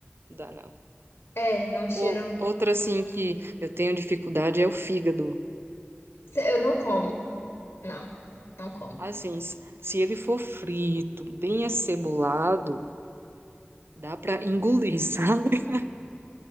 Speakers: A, on the right; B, on the left.
A: não dá não.
B: É, é um cheiro
A: Ou- Outra,
B: muito.
A: assim, que eu tenho dificuldade é o fígado.
B: Eu não como, não, não como.
A: Assim, s- se ele for frito, bem acebolado, dá pra engolir, <laughs> sabe?